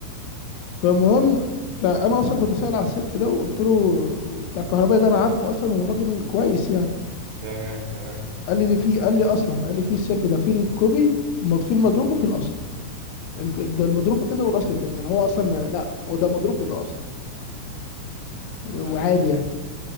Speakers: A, on the left; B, on the right.
A: فالمهم بتاع انا اصلا كنت سائل على السلك ده وقلت له بتاع الكهربائي ده انا عارفه اصلا وراجل كويس يعني
B: تمام تمام
A: قال لي دي في قال لي اصلا قال لي في السلك ده في الكوبي المض- في المضروب وفي الاصل الك- ده المضروب بكذا والاصل بكذا يعني هو اصلا ما- لا هو ده مضروب وده اصلي وعادي
B: تمام
A: يعني